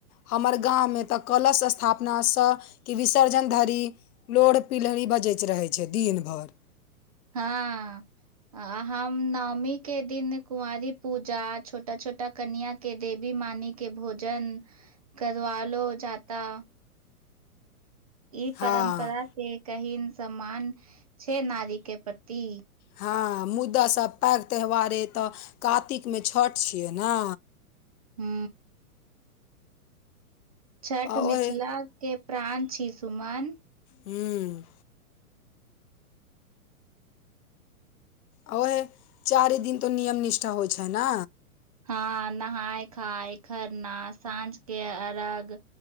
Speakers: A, on the left; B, on the right.
A: हमर गाँवमे तऽ कलश स्थापनासँ कि विसर्जन धरि लोढ़ पिलहरी बजैत रहै छै दिन भरि
B: हँ आ हम नओमी के दिन कुवांरी पूजा आ छोटा छोटा कन्या के देवी मानी के भोजन करवालो जाता ई
A: हँ
B: परम्परा के कहिन सम्मान छै नारी के प्रति
A: हँ मुद्दासँ पैघ त्यौहार अ तय कातिकमे छठि छियै ने।
B: हू छठ
A: आ
B: मिथिलाके
A: ओहे
B: प्राण छीयै सुमन।
A: हूँ आ ओएहे चारि दिन तऽ नियम निष्ठा होइत छैय ने।
B: हँ नहाय खाय खरना साँझ के अर्घ